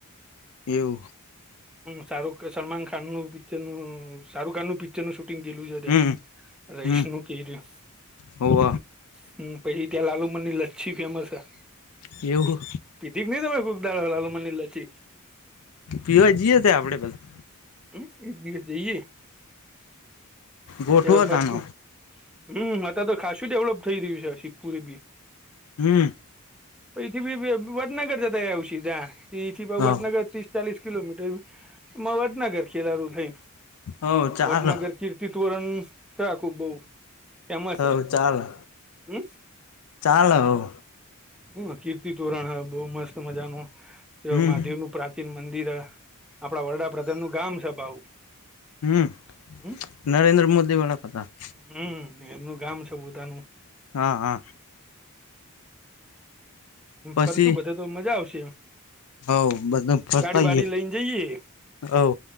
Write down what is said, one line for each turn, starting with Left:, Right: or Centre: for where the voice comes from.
Left: એવું
Centre: હમ્મ શાહરુખ સલમાન ખાન નું પિક્ચર નું શાહરુખ ખાન નું પિક્ચર પિક્ચર નું શૂટિંગ કીલું છે ત્યાં
Left: હમ
Centre: રહીશ
Left: હમ
Centre: નું કીરયુ
Left: હોવ
Centre: હમ્મ પછી ત્યાં લાલુમનની લચ્છી ફેમસ હ
Left: એવું
Centre: પીધીક નઈ તમે કુકદાલ લાલુમની લછી
Left: પીવા જઈએ ત્યાં આપડે બધા
Centre: એક દિવસ જઈએ <inaudible>
Left: ગોઠવો
Centre: ક્યા ખર્ચ
Left: તાનો
Centre: હમ અતાર તો ખાસું ડેવલપ થઈ રહ્યું છે, સિધ્ધપુર બી
Left: હમ્મ.
Centre: ઈથી બી વડનગર જતા રેહુ સીધા ઈથી વડનગર
Left: હવ
Centre: ત્રીસ ચાલીસ કિલોમીટર માં વડનગર ખેલારું થઈ
Left: હવ ચાલો
Centre: વડનગર કીર્ તી તોરણ રાખું બહુ. ફેમસ
Left: હવ
Centre: હે
Left: ચાલો
Centre: હમ્મ.
Left: ચાલો હવ
Centre: હા કીર્તિ તોરણ હ બહું મસ્ત મજા નુ ત્યાં
Left: હમ
Centre: મહાદેવ નું પ્રા ચિન મંદિર હ આપડા વડાપ્રધાન નું ગામ છે પાહુ
Left: હમ્મ
Centre: હમ
Left: નરેન્દ્ર મોદી વડા પ્રધાન
Centre: હમ્મ એમનું ગામ છે, પોતાનું
Left: હા-હા. પછી
Centre: ફરશું બધા તો મજા આવશે એમ
Left: હવ બધું ફરતાઈએ
Centre: ગાડી બાડી લઈને જઈએ.
Left: હવ